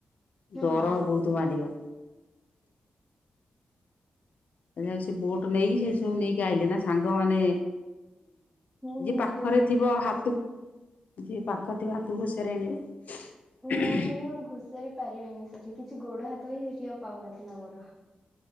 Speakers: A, on the left (about 65°); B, in the centre.
A: ଡର
B: ହଁ
A: ବହୁତ ମାଡିବ। ଦେଖିଲା ବେଳ କୁ ସେ ବୋଟ ନେଇକି ସେ ସବୁ ନେଇକି ଆଇଲେ ନା ସାଙ୍ଗମାନେ
B: ହୁଁ ହୁଁ
A: ଯିଏ ପାଖରେ
B: ବୋଟ
A: ଥିବ
B: ରେ
A: ହାତ କୁ ଯିଏ ପାଖରେ ଥିବା ହାତ କୁ ଘୋଷାରି ଆଣିବ।
B: ନା କେହି ଆଉ ପାରିବେନି ସେଠି। କିଛି ଗୋଡ ହାତ ହିଁ ସେଠି ଆଉ ପାଉନଥିଲା ମୋର।